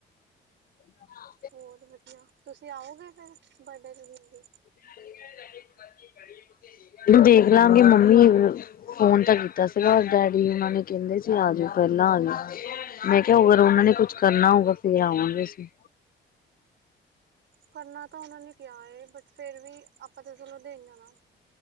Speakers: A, on the left; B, on the right.
A: <inaudible>
B: ਹੋਰ ਵਧੀਆ ਤੁਸੀਂ ਆਓਗੇ ਫਿਰ ਬਡੇ ਤੇ ਦੀਦੀ ਦੇ
A: <unintelligible> ਦੇਖ ਲਾਗੇ ਮੰਮੀ ਅ ਫੋਨ ਤਾਂ ਕੀਤਾ ਸੀਗਾ ਡੈਡੀ ਨਾਲ਼ੇ ਕਹਿੰਦੇ ਸੀ, ਆਜੋ ਪਹਿਲਾਂ ਆਜੋ। ਮੈਂ ਕਿਹਾ ਅਗਰ ਉਹਨਾਂ ਨੇ ਕੁਛ ਕਰਨਾ ਹੋਊਗਾ ਫਿਰ ਆਵਾਂਗੇ ਅਸੀਂ।
B: ਕਰਨਾ ਤਾਂ ਉਹਨਾਂ ਨੇ ਕਿਹਾ ਏ ਬਟ ਫੇਰ ਵੀ ਆਪਾਂ ਤਾਂ ਚਲੋਂ ਦੇਣ ਜਾਣਾ।